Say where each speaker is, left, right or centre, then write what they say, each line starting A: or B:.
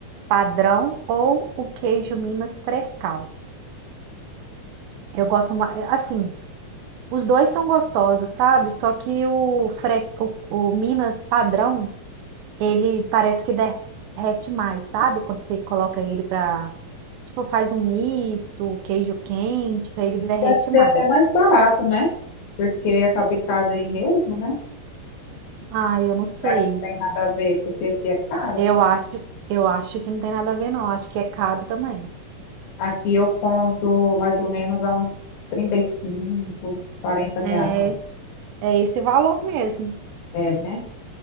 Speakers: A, on the right (about 85°); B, on the left (about 80°).
A: padrão ou o queijo Minas frescal. Eu gosto mais, assim, os dois são gostosos, sabe? Só que o, fres, o, o Minas padrão Ele parece que derrete mais, sabe? Quando você coloca ele pra. Tipo, faz um misto, queijo quente, aí ele derrete
B: Deve ser
A: mais.
B: até mais barato, né? Porque é fabricado aí mesmo, né?
A: Ah, eu não sei.
B: Já que não tem nada a ver, porque aqui é caro.
A: Eu acho, eu acho que não tem nada a ver, não. Acho que é caro também.
B: Aqui eu compro mais ou menos a uns 35, 40 reais.
A: É, é esse valor mesmo.
B: É, né?